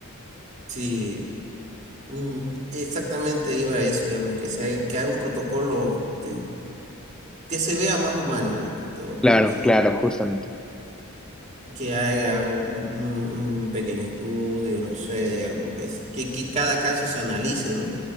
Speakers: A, on the right (about 30°); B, in the centre.
A: Sí, mm, exactamente iba a eso, digamos, que, se haya- que haya un protocolo te- que se vea más humano más que todo,
B: Claro,
A: porque
B: claro, justamente.
A: que haga un, un- un pequeño estudio, no sé, digamos, que, es, que, que cada caso se analice, ¿no?